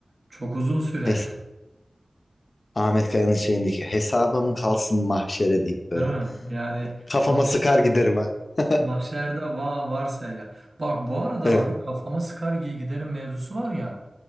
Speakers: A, on the right; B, on the left.
A: çok uzun süre
B: hes Ahmet Kaya'nın şeyindeki hesabım kalsın mahşere
A: <laughs>
B: deyip böyle
A: değil mi? Yani
B: kafama
A: mahşerde
B: sıkar giderim ha. <laughs>
A: mahşerde va varsa ya. Bak bu arada
B: Evet.
A: abi kafama sıkar gi- giderim mevzusu var ya.